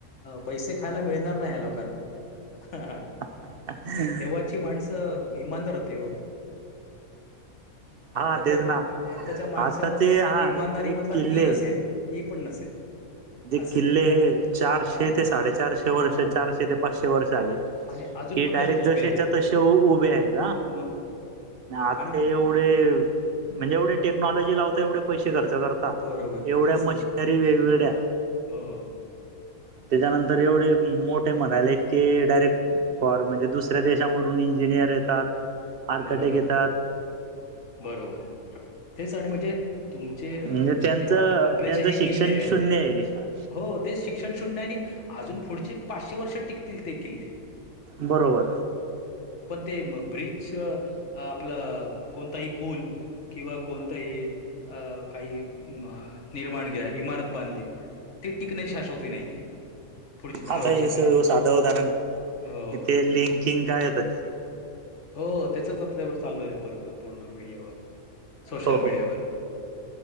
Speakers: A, on the left (about 55°); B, on the right (about 65°).
A: पैसे खायला मिळणार नाही ह्या लोक हा हा
B: हा
A: तेव्हाची माणसं इमानदार होती ओ.
B: हा
A: आत्ताच्या
B: तेच ना
A: आत्ताच्या माणसामध्ये
B: आता ते हा
A: इमानदारी
B: जे
A: मधला
B: किल्ले
A: ई नसेल ई पण नसेल.
B: जे
A: असं
B: किल्ले
A: आहे.
B: हे चारशे
A: हां,
B: ते साडेचारशे
A: मग
B: वर्ष, चारशे ते पाचशे वर्ष झाले.
A: आणि अजून
B: कि
A: पण
B: डायरेक्ट
A: तसेच उभे
B: जशच्या
A: आहेत.
B: तसे उभे आहेत ना,
A: मग
B: आता
A: आणि
B: एवढ म्हणजे जेवढे टेक्नॉलॉजी <inaudible> पैसेे खर्च करता
A: बरोबर
B: एवढ्या
A: तेच ना.
B: मशिनरी वेगवेगळ्या
A: हो हो
B: त्याच्यानंतर एवढे मोठे म्हणाले की डायरेक्ट फॉर म्हणजे दुसऱ्या देशावरून इंजिनियर येतात. आर्कटेक्ट
A: बरोबर
B: येतात
A: बरोबर तेच आणि म्हणजे तुम चे
B: म्हणजे
A: तुमचे
B: त्यांचं
A: ज आपले
B: त्यांचं
A: जे हे
B: शिक्षण
A: किल्ले आहेत.
B: शून्य आहे
A: हो तेच शिक्षण शून्य आणि अजून पुढचे पाचशे वर्ष टिकतील ते किल्ले
B: बरोबर
A: पण ते ब्रिज च आपलं कोणताही पुल किंवा कोणतही अ काही निर्माण घ्या इमारत बांधली ती टिकण्याची शास्वती नाहीये. पुढची दहा
B: आता
A: वर्ष
B: हे
A: तरी
B: स साधं उदाहरण
A: हो
B: इथे लिं किंग काय होता ते
A: हो त्याचच आता तेवढं चालू आहे पूर्ण पूर्ण मीडियावर सोशल
B: हो हो
A: मीडियावर.